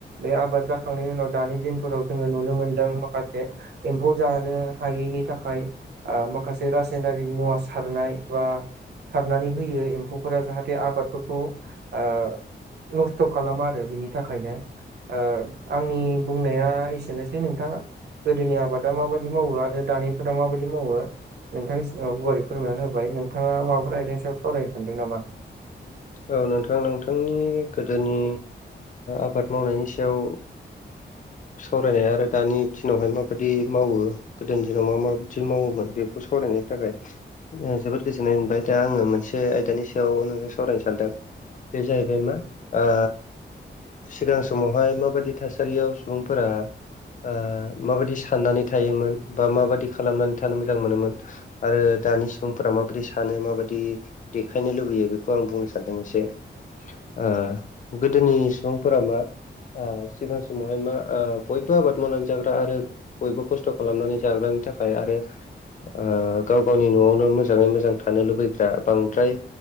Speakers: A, on the right; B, on the left.
A: बे आबाद थांनायनि उनाव दानि दिनफोराव जोङो नुनो मोनदों माखासे एम्फौ जानो हायैनि थाखाय ओ माखासे रासायनारि मुवा सारनाय बा सारनानै होयो एम्फौफोरा जाहाथे आबादफोरखौ ओ नस्थ' खालामा आरो बिनि थाखायनो ओ आंनि बुंनाया एसेनोसै नोंथाङा गोदोनि आबादा माबायदि मावो आरो दानि फोरा माबायदि मावो नोंथांनि सिगाव गुवारै फोरमायनानै होबाय नोंथाङा माबाफोर आयदानि सायाव सावरायनोफिनदों नामा?
B: औ नोंथां नोंथांनि गोदोनि आबाद मावनायनि सायाव सावरायनाया आरो दानि दिनावहाय माबायदि मावो गोदोनि दिनाव मा माबायदि मावोमोन बेखौ सावरायनायनि थाखाय जोबोद गोजोननाय मोनबाय दा आङो मोनसे आयदानि सायाव नोंजों सावरायनो सानदों। बे जाहैबाय मा ओ सिगां समावहाय माबायदि थासारियाव सुबुंफोरा ओ माबायदि साननानै थायोमोन बा माबायदि खालामनानै थानो मोजां मोनोमोन आरो दानि सुबुंफोरा माबादि सानो माबायदि देखायनो लुबैयो बेखौ आं बुंनो सानदों एसे। ओ गोदोनि सुबुंफोरा मा ओ सिगां समावहाय मा ओ बयबो आबाद मावनानै जाग्रा आरो बयबो खस्थ' खालामनानै जाग्रानि थाखाय आरो ओ गाव गावनि न'आवनो मोजाङै मोजां थानो लुबैग्रा बांद्राय